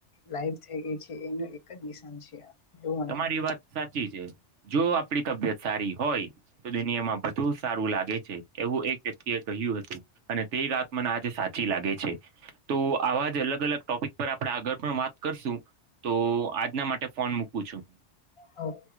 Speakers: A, on the left; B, on the right.
A: લાઈવ થઈ ગઈ છે, એનું એક જ દિશ છે. એવું મને
B: તમારી
A: લાગે છે.
B: વાત સાચી છે, જો આપણી તબિયત સારી હોય તો દુનિયામાં બધુ સારું લાગે છે, એવું એક વ્યક્તિ એ કહ્યું હતું અને તે ગત મને આજે સાચી લાગે છે. તો આવા જ અલગ અલગ ટોપિક પર આપણે આગળ પણ વાત કરશું તો આજના માટે ફોન મૂક પૂછો
A: આવ